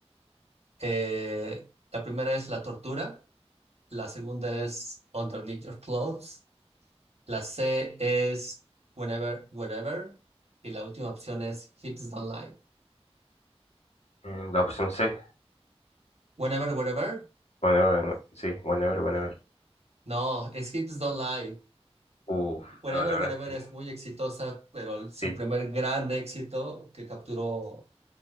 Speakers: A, on the right; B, on the left.
A: Eh, la primera es La Tortura, la segunda es Underneath Your Clothes. La C es whenever, wherever. Y la última opción es hips don't lie.
B: eh, la opción C.
A: Whenever, wherever.
B: Whenever, sí, whenever, whenever.
A: No, es hips don't lie.
B: Uf,
A: Whenever,
B: no, la verdad
A: wherever
B: es que
A: es muy exitosa, pero el- su
B: sí.
A: primer gran éxito que capturó